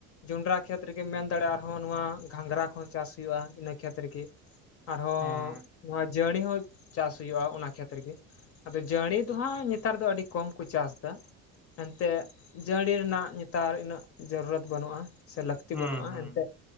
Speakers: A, on the left; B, in the centre.
A: ᱡᱚᱸᱰᱨᱟ ᱠᱷᱮᱛ ᱨᱮᱜᱮᱢ ᱢᱮᱱ ᱫᱟᱲᱮᱭᱟᱜᱼᱟ ᱟᱨᱦᱚᱸ ᱱᱚᱣᱟ ᱜᱷᱟᱸᱜᱽᱨᱟ ᱠᱚᱦᱚᱸ ᱪᱟᱥ ᱦᱩᱭᱩᱜᱼᱟ ᱤᱱᱟᱹ ᱠᱷᱮᱛ ᱨᱮᱜᱮ᱾ ᱟᱨᱦᱚᱸ
B: ᱦᱮᱸ
A: ᱱᱚᱣᱟ ᱡᱟᱹᱲᱤ ᱦᱚᱸ ᱪᱟᱥ ᱦᱩᱭᱩᱜᱼᱟ ᱚᱱᱟ ᱠᱷᱮᱛ ᱨᱮ ᱜᱮ᱾ ᱟᱫᱚ ᱡᱟᱹᱲᱤ ᱫᱚᱦᱟᱸᱜ ᱱᱮᱛᱟᱨ ᱫᱚ ᱟᱹᱰᱤ ᱠᱚᱢ ᱠᱚ ᱪᱟᱥ ᱮᱫᱟ ᱮᱱᱛᱮᱫ ᱡᱟᱹ ᱠᱩᱟᱹᱰᱤ ᱨᱮᱱᱟᱜ ᱱᱮᱛᱟᱨ ᱩᱱᱟᱹᱜ ᱡᱚᱨᱩᱨᱛ ᱵᱟᱹᱱᱩᱜᱼᱟ ᱥᱮ ᱞᱟᱹᱠᱛᱤ
B: ᱦᱩᱸ
A: ᱵᱟᱹᱱᱩᱜᱼᱟ
B: ᱦᱩᱸ
A: ᱮᱱᱛᱮᱫ᱾